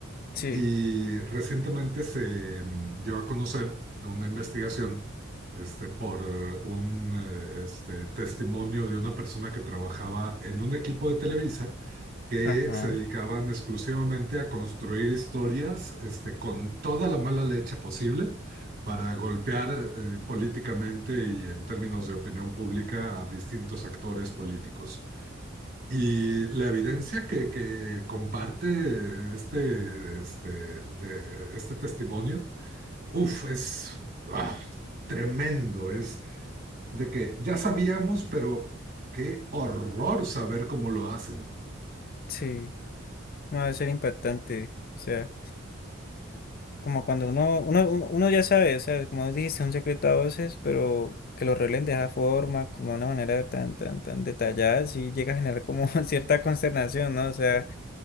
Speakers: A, on the left; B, on the right.
A: sí,
B: Y recientemente se mm, dio a conocer de una investigación este, por eh, un eh, este, testimonio de una persona que trabajaba en un equipo de Televisa que
A: ajá,
B: se dedicaban exclusivamente a construir historias este, con toda la mala leche posible para golpear eh, políticamente y en términos de opinión pública a distintos actores políticos. Y la evidencia que, que comparte este, este, de- este testimonio, uff, es ah, tremendo. Es de que ya sabíamos, pero qué horror saber cómo lo hacen.
A: sí. No, debe ser impactante. O sea, como cuando uno, uno, uno ya sabe, o sea, como dijiste, un secreto a voces, pero que lo revelen de esa forma, como de una manera tan, tan, tan detallada, sí llega a generar como <laughs> cierta consternación, ¿no? O sea,